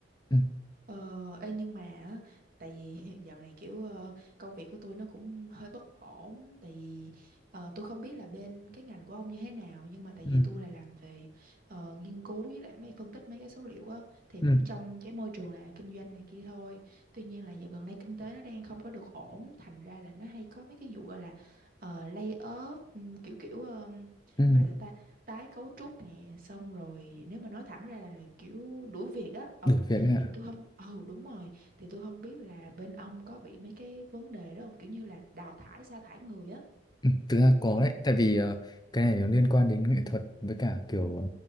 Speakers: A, on the left; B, on the right.
A: Ừ,
B: Ờ, ê nhưng mà á, tại vì <laughs> dạo này kiểu ờ, công việc của tôi nó cũng hơi bất ổn tại vì ờ, tôi không biết là bên cái ngành của ông như thế nào nhưng mà tại
A: ừ,
B: vì tôi là làm về ờ, nghiên cứu với lại mấy phân tích mấy cái số liệu á thì
A: ừ,
B: cũng trong cái môi trường là kinh doanh này kia thôi tuy nhiên là dạo gần đây kinh tế nó đang không có được ổn thành ra là nó hay có mấy cái vụ gọi là ờ, lay off ừm, kiểu kiểu ờm,
A: ừ.
B: gọi là sao ta tái cấu trúc nè xong rồi nếu mà nói thẳng ra là kiểu đuổi việc á ừ
A: Đủ việc ấy ạ.
B: thì tôi không ừ đúng rồi thì tôi không biết là bên ông có bị mấy cái vấn đề đó không kiểu như là đào thải sa thải người á
A: Ừ, Thực ra có đấy, tại vì ờ, cái này nó liên quan đến nghệ thuật với cả kiểu ờ,